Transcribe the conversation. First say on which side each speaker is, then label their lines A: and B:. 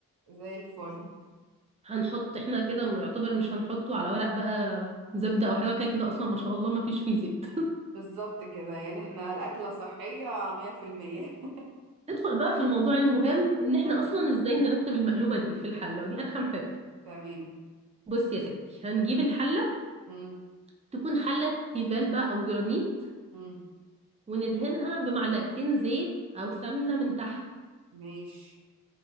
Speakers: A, on the right (about 80°); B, on the right (about 20°).
A: زي الفل
B: هنحط احنا كده م- يعتبر مش هنحطه على ورق بقى زبده او حاجه كده كده اصلا ما شاء الله ما فيش فيه زيت
A: بالظبط كده يعني احنا الأكلة صحية مية في المية
B: <laughs> ندخل بقى في الموضوع المهم ان احنا
A: <laughs> نطلع
B: اصلا ازاي نرتب المقلوبه دي في الحله ودي ارخم حته
A: تمام
B: بص يا ستي هنجيب الحله
A: مم.
B: تكون حله تيفال بقى او جرانيت
A: مم.
B: وندهنها بمعلقتين زيت او سمنه من تحت
A: ماشي